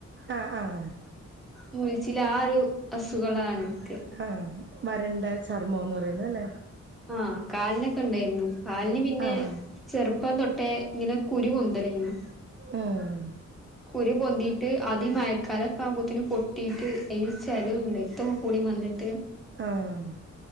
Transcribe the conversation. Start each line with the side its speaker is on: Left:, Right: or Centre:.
Right: ആഹ് ആഹ്
Centre: മുഴുചില് ആ ഒരു അസുഖള്ളാണ് ൻക്ക്
Right: ആഹ് വരണ്ട ചർമ്മോന്ന് പറയുന്ന അല്ലേ
Centre: ആഹ് കാലിനൊക്കെ ഉണ്ടായിരുന്നു കാലിന് പിന്നെ
Right: ആഹ്
Centre: ചെറുപ്പം തൊട്ടേ ങ്ങനെ കുരു പൊന്തലെന്നു
Right: ആഹ്
Centre: കുരു പൊന്തിയിട്ട് അതി മഴക്കാലൊക്കെ ആവുമ്പോത്തിനും പൊട്ടിയിട്ട് ചെലോം രക്തോം കൂടി വന്നിട്ട്
Right: ആഹ്